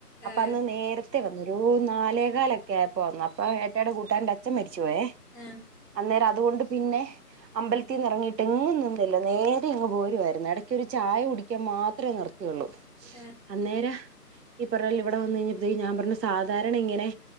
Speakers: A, on the right; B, on the left.
A: അപ്പൊ
B: ഏഹ്
A: അന്ന് നേര വന്ന് ഒരു നാലേകാലൊക്കെ ആയപ്പോ വന്നു അപ്പൊ ഏട്ടേയുടെ കൂട്ടാരൻ. അച്ചൻ മരിച്ചു പോയേ
B: ആഹ്
A: അന്നേരം അതുകൊണ്ട് പിന്നെ. അമ്പലത്തിൽ നിന്ന് ഇറങ്ങിട്ട്ന്നുംല്ല നേരെ ഇങ്ങ് പോരുവായിരുന്നു ഇടയ്ക്കൊരു ചായ കുടിക്കാൻ മാത്രേ നിർ ള്ളൂ.
B: ഏ.
A: അന്നേരം ഈ പറഞ്ഞപോലെ ഇവിടെ വന്ന് കഴിഞ്ഞപ്പത്തേക്കും ഞാൻ പറഞ്ഞു സാധാരണ ഇങ്ങനെ